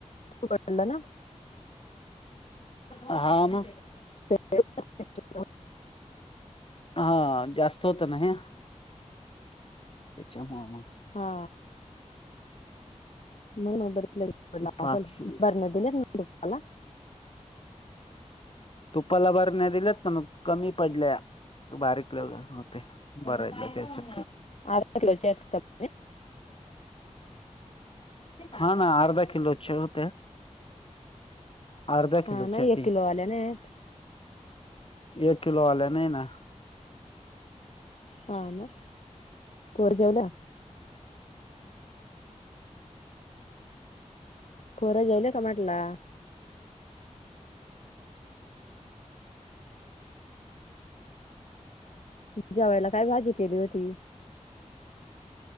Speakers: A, on the left (about 65°); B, on the left (about 45°).
A: पडलं ना
B: हा म
A: <unintelligible>
B: हा जास्त होत ना हे त्याच्या मुळं मं
A: हा नाय म बरच तूप पडला
B: पाच
A: असल बरन्या दिल्यात ना तुपाला
B: तुपाला बरन्या दिल्यात पण कमी पडल्या बारीक लावल्या वर होते भरायला त्याच्या
A: <unintelligible>
B: हा ना अर्धा किलोचे होत्या. अर्धा
A: हा
B: किलो
A: ना
B: ती
A: एक किलो आल्या नाही
B: एक किलो आला नाय ना
A: हां ना पर जाऊला परत जाईला का म्हटला जेवायला काय भाजी केली होती.